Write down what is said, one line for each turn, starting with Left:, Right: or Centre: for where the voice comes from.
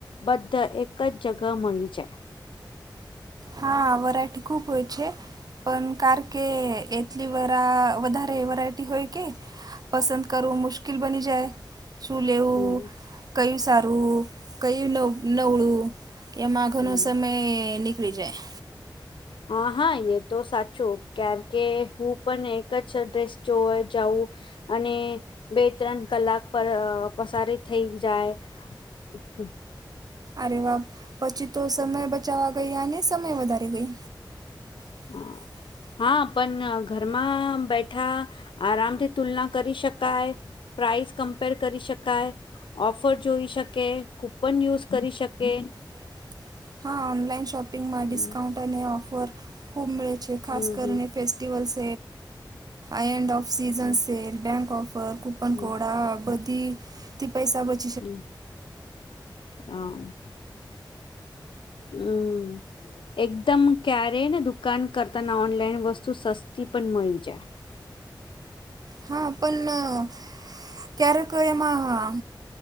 Left: બધા એક જ જગહ મળી જાય
Right: હા વરાઠ ખૂબ હોય છે પણ કાર કે કેટલી વરા વધારે વરાયટી હોય કે પસંદ કરવું મુશ્કેલ બની જાય શું લેવું
Left: હમ
Right: કયું સારું કયું નવ નવળું યા માઘન
Left: હમ
Right: સમય નિકલી જાય
Left: હા હા એ તો સાચું ક્યારેકે હું પણ એક જ ડ્રેસ જોવા જાઉં અને બે ત્રણ કલાક પર પસાર થઈ જાય અચ્છા
Right: અરે વાપ પછી તો સમય બચાવવા ગયા અનેને સમય વધારે ગઈ <inaudible>
Left: હમ હા પણ ઘરમાં બેઠા આરામથી તુલના કરી શકાય પ્રાઇસ કમ્પેર કરી શકાય ઓફર જોઈ શકે કૂપન યુઝ કરી શકે
Right: <inaudible> હા ઓનલાઈન શોપિંગમાં
Left: હમ
Right: ડિસ્કાઉન્ટ અને ઓફર ખૂબ મળે છે ખાસ
Left: હમ
Right: કરીને
Left: હમ
Right: ફે સ એન્ડન્ડ સીઝ
Left: હમ
Right: સેલક બેન્ક ઓફ
Left: હમ
Right: કોડા બધી પૈસા બધું.
Left: હું, હા. હું. એકદમ ક્યારેય ને દુકાન કરતાના ઓનલાઈન વસ્તુ સસ્તી પણ મળી જાય.
Right: હા, પણ ક્યારેક એમાં